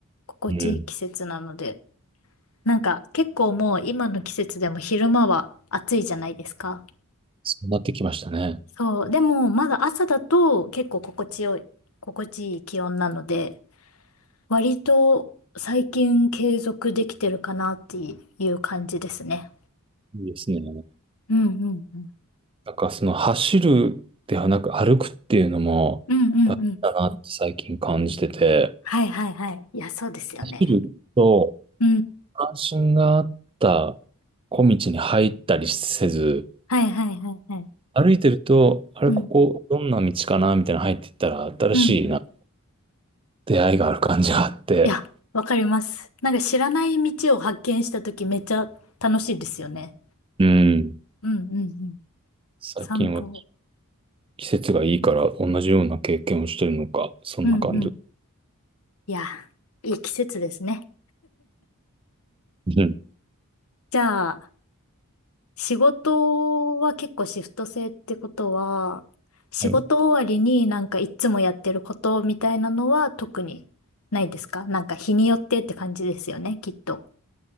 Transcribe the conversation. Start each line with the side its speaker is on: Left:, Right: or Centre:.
Left: 心地いい季節なので。
Right: うん。
Left: なんか結構もう今の季節でも昼間は暑いじゃないですか。
Right: そうなってきましたね。
Left: そう。でも、まだ朝だと結構心地よい、心地いい気温なので、割と最近継続できてるかなっていう感じですね。
Right: いいですね。
Left: うんうんうん。
Right: なんかその走るではなく歩くっていうのもだったなって最近感じてて、
Left: うんうんうん。はいはいはい。いや、そうですよね。
Right: 走ると
Left: うん。
Right: 関心があった小道に入ったりせず、
Left: はいはいはいはい。
Right: 歩いてると、あれ、
Left: うん。
Right: ここどんな道かなみたいな入っていったら新しいな
Left: うんうん。
Right: 出会いがある感じがあって、
Left: いや、わかります。なんか知らない道を発見したときめっちゃ楽しいですよね。
Right: うん。
Left: うんうんうん。
Right: 最近は
Left: 散歩。
Right: 季節がいいから同じような経験をしてるのか、そんな感じ。
Left: うんうん。いや、いい季節ですね。
Right: うん。
Left: じゃあ、仕事は結構シフト制ってことは、仕事終わりになんかいつもやってることみたいなのは特にないですかなんか日によってって感じですよね、
Right: うん
Left: きっと。